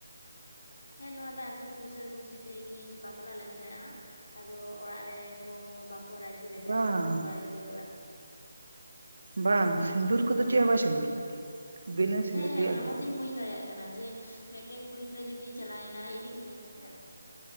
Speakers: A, on the left (about 70°); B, on the right (about 80°).
A: ᱦᱮᱸ ᱱᱚᱣᱟ ᱫᱚ ᱟᱹᱠᱤᱱ ᱠᱩᱥᱟᱹ ᱠᱩᱥᱤ ᱛᱮᱠᱤ ᱵᱟᱯᱞᱟ ᱞᱮᱱ ᱛᱟᱦᱮᱸᱜᱼᱟ ᱟᱫᱚ ᱚᱲᱟᱜ ᱨᱮ ᱠᱚ ᱵᱟᱠᱚ ᱨᱟᱡᱤ ᱨᱟᱡᱟ
B: ᱵᱟᱝ
A: ᱞᱮᱱᱟ ᱠᱚᱲᱟ ᱜᱤᱫᱽᱨᱟᱹᱣᱟᱜ ᱚᱲᱟᱜ
B: ᱵᱟᱝ ᱥᱤᱸᱫᱩᱨ ᱠᱚᱫᱚ ᱪᱮᱫ ᱦᱚᱸ ᱵᱟᱭ ᱥᱤᱸᱫᱩᱨ ᱠᱟᱫᱮᱭᱟ ᱵᱤᱱᱟᱹ
A: ᱦᱮᱸ
B: ᱥᱤᱸᱫᱩᱨ
A: ᱦᱮᱸ
B: ᱛᱮᱜᱮ
A: ᱚᱱᱟ
B: ᱟᱹᱜᱩ
A: ᱢᱟᱛᱩᱧ
B: ᱠᱟᱫᱮᱭᱟ
A: ᱵᱩᱡᱽ ᱫᱟᱲᱮᱭᱟᱜ ᱠᱟᱱᱟ ᱡᱮ ᱢᱮᱫᱴᱮᱱ ᱠᱩᱲᱤ ᱜᱤᱫᱽᱨᱟᱹ ᱡᱩᱫᱤ ᱪᱟᱞᱟᱣᱱᱟᱭ ᱤᱫᱤ ᱠᱮᱫᱮᱭᱟᱭ ᱥᱮ